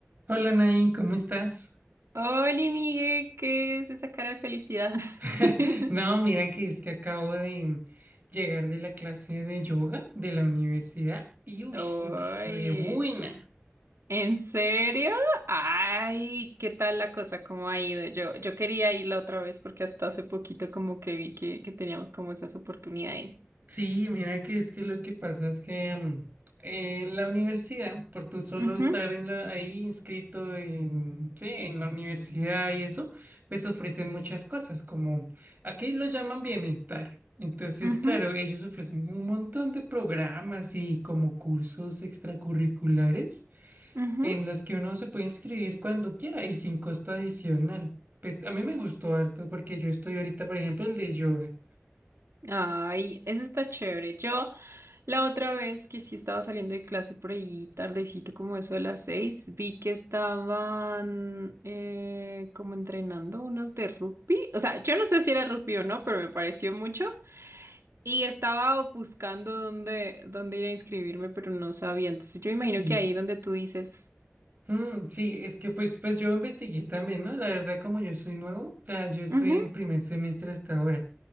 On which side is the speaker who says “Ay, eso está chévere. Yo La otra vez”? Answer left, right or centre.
Right